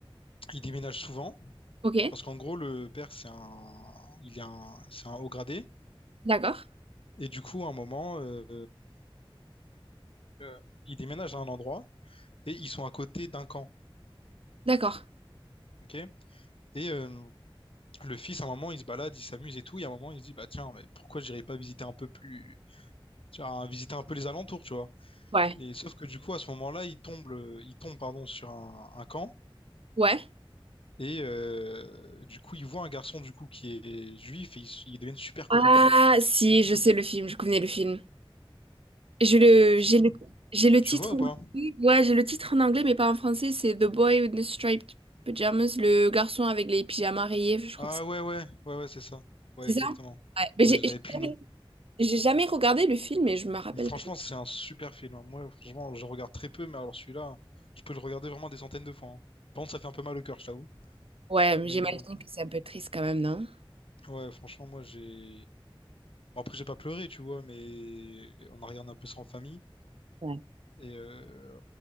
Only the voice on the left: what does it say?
il déménage souvent
parce qu'en gros, le père, c'est un, il est un, c'est un haut gradé.
Et du coup, à un moment, euh, euh, il déménage à un endroit et ils sont à côté d'un camp.
ok et euh, le fils, à un moment, il se balade, il s'amuse et tout. Et à un moment, il se dit, bah tiens, mais pourquoi j'irais pas visiter un peu plus, tu vois, visiter un peu les alentours, tu vois.
Et sauf que du coup, à ce moment-là, il tombe, le- il tombe, pardon, sur un, un camp.
Et euh, du coup, il voit un garçon du coup qui est juif et ils, ils deviennent super
copains.
C'est
quoi?
Tu
vois ou
pas?
Ah
ouais ouais ouais ouais c'est ça. Ouais
exactement.
Ouais
j'avais
plus
le nom.
Mais franchement
c'est un super film. hein. Moi franchement je regarde très peu mais alors celui-là je peux le regarder vraiment des centaines de fois. hein. Par contre ça fait un peu mal au cœur je t'avoue.
Mais
euh,
ouais franchement moi j'ai. Bon, après j'ai pas pleuré tu vois mais on a regardé un peu ça en famille
et euh,